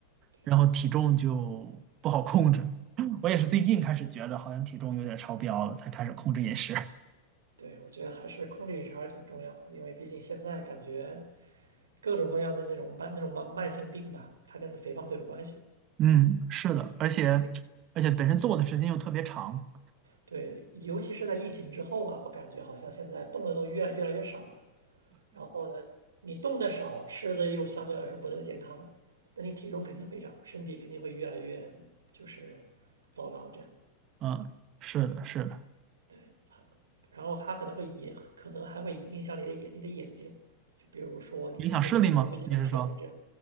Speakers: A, on the right; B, on the right.
A: 对
B: 然后体重就不好控制。<laughs> 我也是最近开始觉得好像体重有点超标了，才开始控制饮食。<laughs>
A: 对，我觉得还是控制饮食还是挺重要的，因为毕竟现在感觉。各种各样的那种慢那种慢慢性病吧，它跟肥胖都有关系。
B: 嗯，是的，而且
A: 对
B: 而且本身做的时间又特别长，
A: 对尤其是在疫情之后吧，我感觉好像现在动的都越越来越少了。然后呢，你动的少，吃的又相对来说不那么健康，那你体重肯定会长，身体肯定会越来越就是糟糕这样。
B: 嗯，是的，是的。
A: 对，然后它可能会影，可能还会影响你的眼你的眼睛，就比如说你你眼睛有时候会很疲劳这样。
B: 影响视力吗？你是说？